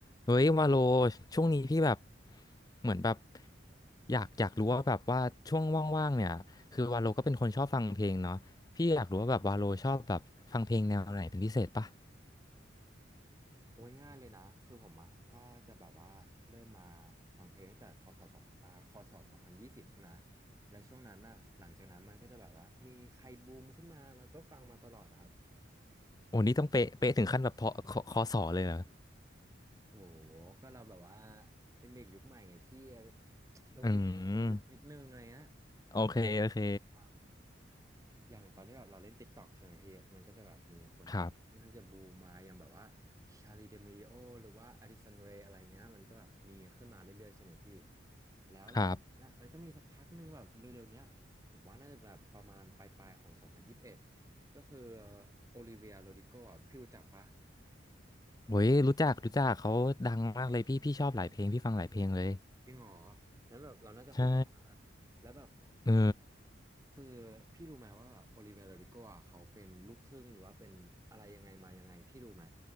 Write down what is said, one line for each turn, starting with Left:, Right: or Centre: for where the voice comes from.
Left: เฮ้ยวาโลช่วงนี้พี่แบบเหมือนแบบอยากอยากรู้ว่าแบบว่าช่วงว่างๆเนี่ยคือวาโลก็เป็นคนชอบฟังเพลงเนาะพี่อยากรู้ว่าแบบวาโลชอบแบบฟังเพลงแนวไหนเป็นพิเศษปะ
Right: โอ้ยง่ายเลยนะ คือผมอะก็จะแบบว่าเริ่มมาฟังเพลงตั้งแต่พศสองอ่าคศสองพันยี่สิบใช่ไหมและช่วงนั้นอะหลังจากนั้นมันก็จะแบบว่ามีใครบูมขึ้นมาแล้วก็ฟังมาตลอดอะครับ
Left: โอ้นี่ต้องเป๊ะเป๊ะถึงขั้นแบบพอคคอสอเลยเหรอ
Right: โห ก็เราแบบว่าเป็นเด็กยุคใหม่ไงพี่ ลงดีเทลอะไรลึกนิดนึงอะไรเงี้ยแล้วแบบว่าอา
Left: อืมโอเคโอเค
Right: อย่างตอนที่แบบเราเล่น TikTok ใช่ไหมพี่ มันก็จะแบบมีคนที่แบบมันข้างที่จะบูมมาอย่างแบบว่า
Left: ครับ
Right: ชาลีเดมิโอหรือว่าอดิสันเรย์อะไรเงี้ยมันก็แบบมีขึ้นมาเรื่อยๆใช่ไหมพี่ แล้วหลังจากนั้นอะมันก็มีสักพักหนึ่งแบบเร็วๆเนี้ยผมว่าน่าจะแบบประมาณปลายๆของ
Left: ครับ
Right: 2021 ก็คือโอลิเวียโรดิโกอ่ะพี่รู้จักปะ
Left: เฮ้ยรู้จักรู้จักเขาดังมากเลยพี่พี่ชอบหลายเพลงพี่ฟังหลายเพลงเลย
Right: จริงเหรอนั้นแบบเราน่าจะคุยกันได้
Left: ใช่
Right: แล้วแบบ
Left: เออ
Right: คือพี่รู้ไหมว่าแบบโอลิเว r โรดิโกอ่ะเขาเป็นลูกครึ่งหรือว่าเป็นอะไรยังไงมายังไงพี่รู้ไหม